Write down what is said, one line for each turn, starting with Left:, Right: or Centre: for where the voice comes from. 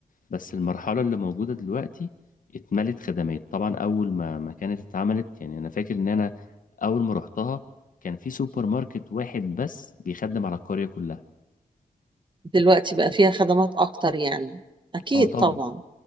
Left: بس المرحلة اللي موجودة دلوقتي اتملت خدمات طبعا أول ما ما كانت اتعملت يعني أنا فاكر إن أنا أول ما رحتها كان في سوبر ماركت واحد بس بيخدم على القرية كلها
Right: دلوقتي بقى فيها خدمات اكتر يعني اكيد
Left: اه طبعا
Right: طبعا